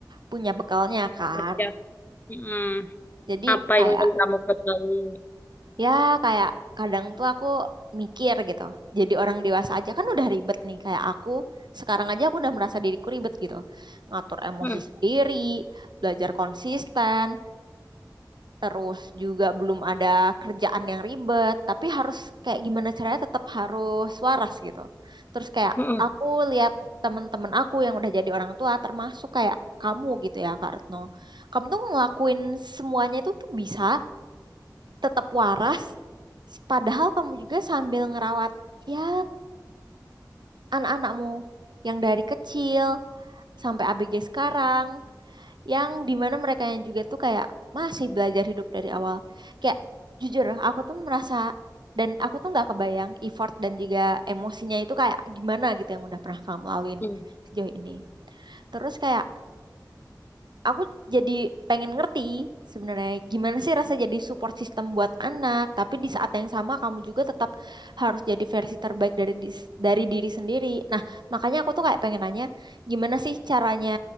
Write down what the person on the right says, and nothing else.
punya bekalnya kan.
Jadi
kayak
ya kayak kadang tuh aku mikir gitu. Jadi orang dewasa aja kan udah ribet nih kayak aku. Sekarang aja aku udah merasa diriku ribet gitu. Ngatur emosi
sendiri, belajar konsisten, terus juga belum ada kerjaan yang ribet, tapi harus kayak gimana caranya tetap harus waras gitu. Terus kayak
aku lihat temen-temen aku yang udah jadi orang tua, termasuk kayak kamu gitu ya, Kak Retno. Kamu tuh ngelakuin semuanya itu tuh bisa tetap waras, padahal kamu juga sambil ngerawat ya anak-anakmu yang dari kecil sampai ABG sekarang yang dimana mereka yang juga tuh kayak masih belajar hidup dari awal. Kayak jujur, aku tuh merasa dan aku tuh nggak kebayang effort dan juga emosinya itu kayak gimana gitu yang udah pernah kamu laluin
sejauh ini. Terus kayak aku jadi pengen ngerti sebenarnya gimana sih rasa jadi support system buat anak, tapi di saat yang sama kamu juga tetap harus jadi versi terbaik dari dis- dari diri sendiri. Nah, makanya aku tuh kayak pengen nanya, gimana sih caranya